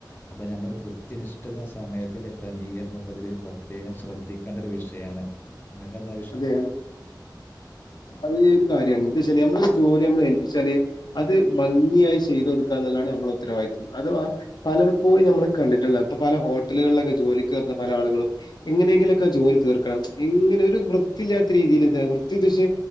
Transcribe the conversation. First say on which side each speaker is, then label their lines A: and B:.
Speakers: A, on the left; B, on the left.
A: അപ്പം ഞങ്ങട്ട് കൃത്യനിഷ്ഠത സമയത്തിൻ്റെ ക്രമീകരണൊക്കെതീല് പ്രത്യേകം ശ്രദ്ധിക് കണ്ടൊരു വിഷയാണ് ഇങ്ങകെന്താ
B: അതെ അത് ഒരു കാര്യാണ് എന്താച്ചാല് നമ്മളെ ഒരു ജോലി നമ്മള് ഏൽപ്പിച്ചാല് അത് ഭംഗിയായി ചെയ്തൊട്ക്ക എന്നുള്ളതാണ് നമ്മളെ ഉത്തരവാദിത്വം അഥവാ പലർപോയും ഞമ്മള് കണ്ടിട്ടുള്ളാണ് ഇപ്പൊ പല ഹോട്ടലുകളിലൊക്കെ ജോലി കേറുന്ന പല ആളുകളും എങ്ങനെയെങ്കിലൊക്കെ ജോലി തീർക്കണം ഏങ്ങനെ ഒരു വൃത്തിയില്ലാത്ത രീതിയില്താണ് വൃത്തി ഉദ്ദേഷിചെ